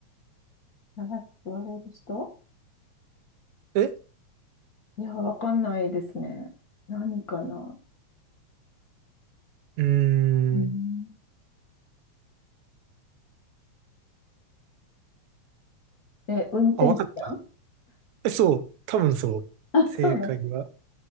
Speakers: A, on the left (about 45°); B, on the right (about 80°).
A: 長く座れる人
B: え
A: いや、わかんないですね。何かな。
B: うー
A: うん、
B: ん。
A: え、運転手さん
B: あ、わかった。えそう、多分そう。
A: あ、
B: 正解は、
A: そうなん